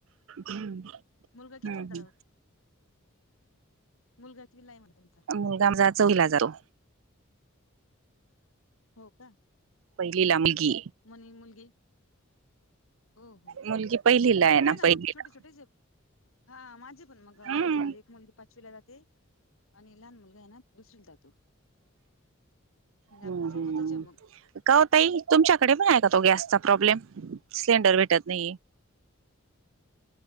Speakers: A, on the right (about 65°); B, on the left (about 75°).
A: हम्म.
B: मुलगा कितवीला?
A: हम्म
B: <unintelligible> मुलगा कितवीला आहे म्हटलं तुमचा?
A: मुलगा आमचा चौहीला जातो.
B: हो का.
A: पहिलीला मुलगी.
B: मनी मुलगी. हो हो
A: मुलगी पहिलीला आहे
B: चांगलंय ना
A: पहिलीला
B: मग छोटे छोटेच ये हा माझी पण मग
A: हम्म
B: एक मुलगी पाचवीला जाते. आणि लहान मुलगा आहे ना दुसरीला जातो म्हणजे
A: हम्म
B: आपल्या सोबतच
A: हम्म
B: ये मग.
A: का ओ ताई तुमच्याकडे पण आहे का तो गॅसचा प्रॉब्लेम? सिलेंडर भेटत नाहीये.